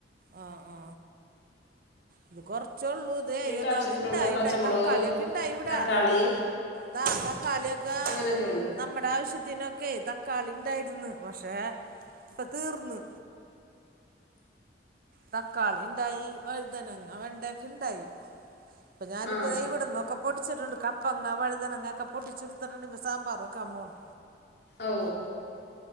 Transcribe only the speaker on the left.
വീട്ടാവശ്യത്തിനുള്ള
പച്ചമുളക്
തക്കാളി
അങ്ങനെയൊക്കെ ഉണ്ട്
ആ
ഓ